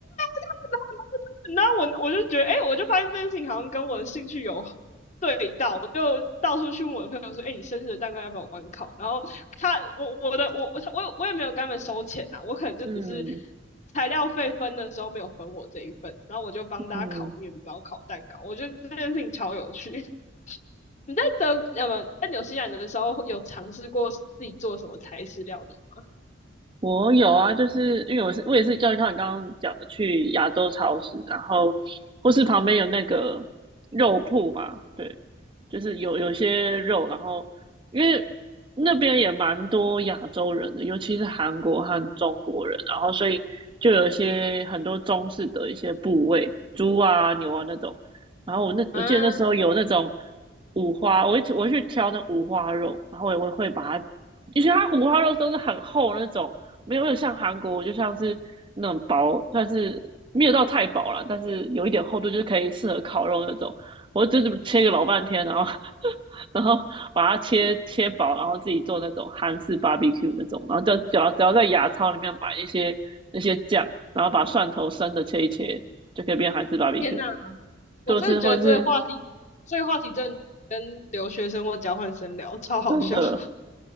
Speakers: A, on the left; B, on the right.
A: 然后然后，我我就觉得，哎、欸我就发现这件事情好像跟我的兴趣有对到，我就到处去问我的朋友说，哎、欸你生日的蛋糕要不要我帮你烤？然后他，我我的我我我也没有跟他们收钱呐、啊我可能就只是
B: 嗯
A: 材料费分的时候没有分我这一份，然后我就帮大家烤面包、
B: 嗯。
A: 烤蛋糕，我觉得这件事情超有趣。<laughs> 你在德呃不在纽西兰的时候有尝试过自己做什么台式料理吗？
B: 我有啊，就是因为我是我也是叫像你刚刚讲的去亚洲超市，然后或是旁边有那个肉铺吧，对，就是有有些肉，然后因为那边也蛮多亚洲人的，尤其是韩国和中国人，然后所以就有一些很多中式的一些部位，猪啊、牛啊那种。然后我那我记得那时候有那种
A: 嗯啊，
B: 五花，我会我会去挑那五花肉，然后我我会把它，因为它五花肉都是很厚那种，没有没有像韩国就像是那种薄，但是没有到太薄啦，但是有一点厚度，就是可以适合烤肉那种。我就这么切个老半天，然后 <laughs> 然后把它切切薄，然后自己做那种韩式 barbecue 那种，然后就只要只要在亚超里面买一些那些酱，然后把蒜头生的切一切，就可以变韩式 barbecue，
A: 天哪！我真的觉得这个话题，
B: 就是或者是
A: 这个话题真的跟留学生或交换生聊超好笑。
B: 真的
A: <laughs>